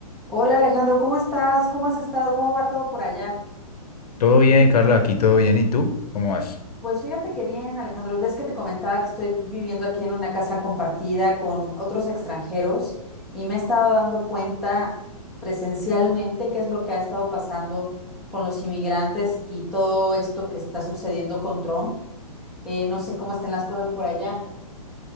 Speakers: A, in the centre; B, on the left.
A: Hola Alejandro, ¿cómo estás? ¿Cómo has estado? ¿Cómo va todo por allá?
B: Todo bien, Carla, aquí todo bien. ¿Y tú? ¿Cómo vas?
A: Pues fíjate que bien, Alejandro, ves que te comentaba que estoy viviendo aquí en una casa compartida con otros extranjeros y me he estado dando cuenta presencialmente qué es lo que ha estado pasando con los inmigrantes y todo esto que está sucediendo con Trump. Eh, no sé cómo estén las cosas por allá.